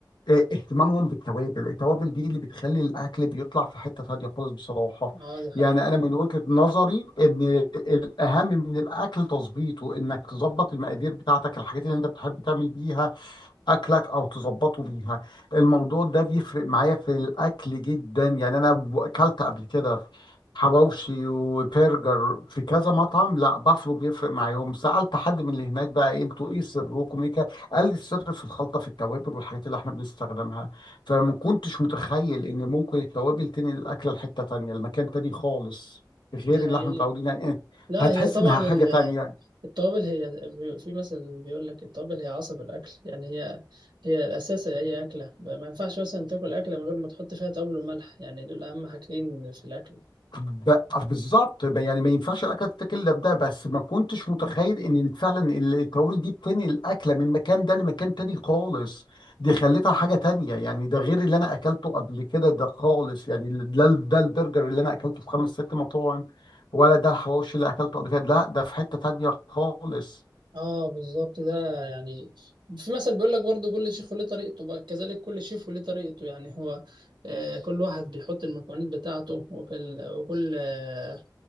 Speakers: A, on the left; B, on the right.
A: آه، اهتمامهم بالتوابل التوابل دي اللي بتخلي الاكل بيطلع في حته تانيه خالص بصراحه
B: اه ده
A: يعني
B: حقيقي
A: انا من وجهه نظري ان الاهم من الاكل تظبيطه انك تظبط المقادير بتاعتك الحاجات اللي انت بتحب تعمل بيها اكلك او تظبطه بيها الموضوع ده بيفرق معايا في الاكل جدا يعني انا ب- اكلت قبل كده حواوشي وبرجر في كذا مطعم لا بافلو بيفرق معاهم سالت حد من اللي هناك بقى إيه انتوا ايه سركم ايه كده؟ قال لي السر في الخلطه في التوابل والحاجات اللي احنا بنستخدمها فما كنتش متخيل ان ممكن التوابل تنقل الاكله لحته تانيه لمكان تاني خالص غير
B: ده حقيقي
A: اللي احنا متعودين عليه إيه،
B: لا
A: هتحس
B: هي طبعا
A: انها حاجه تانية
B: التوابل هي بي- في مثلا بيقول لك التوابل هي عصب الاكل يعني هي هي الاساس لاي اكله ما ينفعش مثلا تاكل اكله من غير ما تحط فيها توابل وملح يعني دول اهم حاجتين في الاكل
A: ب... بالظبط ب- يعني ما ينفعش الاكله تتاكل الا بده بس ما كنتش متخيل ان فعلا ال- التوابل دي بتنقل الاكله من مكان ده لمكان تاني خالص دي خلتها حاجه تانية يعني ده غير اللي انا اكلته قبل كده ده خالص يعني ال- ده ده البرجر اللي انا اكلته في خمس ست مطاعم ولا ده الحواوشي اللي اكلته قبل كده لا ده في حته تانية خالص
B: اه بالظبط ده يعني في مثل بيقول لك برضو كل شيف وليه طريقته بقى كذلك كل شيف وليه طريقته يعني هو آه كل واحد بيحط المكونات بتاعته وكل وكل آه